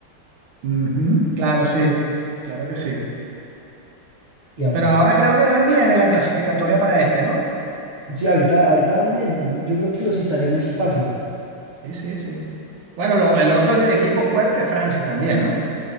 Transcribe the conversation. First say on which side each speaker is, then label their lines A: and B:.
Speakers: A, on the right (about 70°); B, on the right (about 45°).
A: Ujú, claro, sí, claro que sí.
B: Y ahorita,
A: Pero ahora creo que van bien en la clasificatoria para este, ¿no?
B: sí, ahorita, ahorita van bien. Yo creo que los italianos sí pasan.
A: Sí, sí, sí. Bueno, lo- el otro equipo fuerte es Francia también, ¿no?